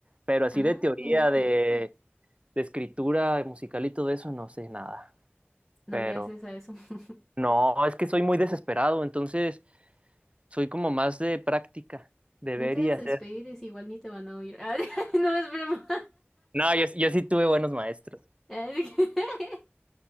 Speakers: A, on the right (about 30°); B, in the centre.
A: pero así
B: ah,
A: de teoría,
B: genial.
A: de, de escritura musical y todo eso no sé nada,
B: No
A: pero
B: le haces a eso. <laughs>
A: no, es que soy muy desesperado, entonces soy como más de práctica, de
B: No
A: ver
B: te desesperes,
A: y hacer.
B: igual ni te van a oír. <laughs> Ah, no, es broma.
A: No, yo, yo sí tuve buenos maestros.
B: Ah, <laughs>